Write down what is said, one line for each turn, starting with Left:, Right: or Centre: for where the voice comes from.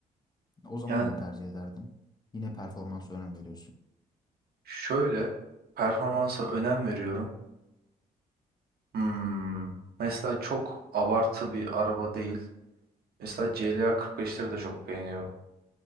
Left: O zaman
Right: Yani
Left: ne tercih ederdin? Yine performansa önem veriyorsun.
Right: şöyle performansa önem veriyorum. Hmm, Mesela çok abartı bir araba değil. Mesela CLA 45'leri de çok beğeniyorum.